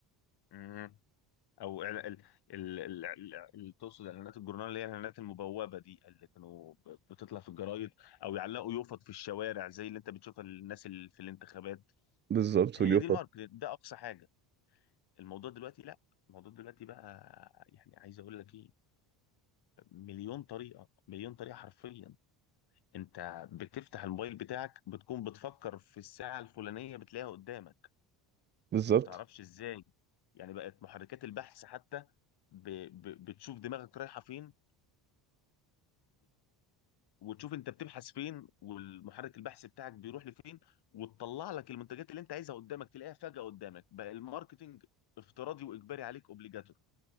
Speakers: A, on the left; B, on the right.
A: مم. او إعلا- ال ال ال ال- ال- تقصد اعلانات الجورنال اللي هي الاعلانات المبوبه دي اللي كانوا ب- بتطلع في الجرايد او يعلقوا يوفط في الشوارع زي اللي انت بتشوفها الناس اللي في الانتخابات
B: بالظبط
A: هي
B: واليوفط
A: دي الماركت ده اقصى حاجه الموضوع دلوقتي لا الموضوع دلوقتي بقى يعني عايز اقول لك ايه مليون طريقه مليون طريقه حرفيا انت بتفتح الموبايل بتاعك بتكون بتفكر في الساعه الفلانيه بتلاقيها قدامك
B: بالظبط
A: ما تعرفش ازاي يعني بقت محركات البحث حتى ب... ب... بتشوف دماغك رايحه فين وتشوف انت بتبحث فين والمحرك البحث بتاعك بيروح لفين وتطلع لك المنتجات اللي انت عايزها قدامك تلاقيها فجأة قدامك بقى الماركتينج افتراضي واجباري عليك اوبليجاتور